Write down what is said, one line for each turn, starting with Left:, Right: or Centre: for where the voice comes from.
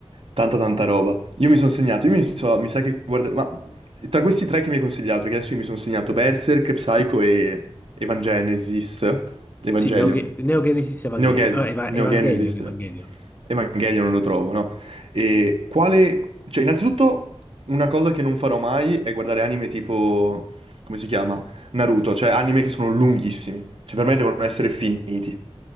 Right: Tanta tanta roba. Io mi sono segnato, io mi, so- mi sa che guarderò, ma tra questi tre che mi hai consigliato, che adesso io mi sono segnato Berserk, Psycho e Evangenesis, Evangelion,
Left: Sì, Neo, Ge- Neo Genesis Evangelion.
Right: Neoge-
Left: Ah, Eva-
Right: Neogenesis,
Left: Evangelion, Evangelion.
Right: Evangelion non lo trovo, no? E quale, cioè innanzitutto una cosa che non farò mai è guardare anime tipo, come si chiama? Naruto, cioè anime che sono lunghissimi, cioè per me devono essere finiti,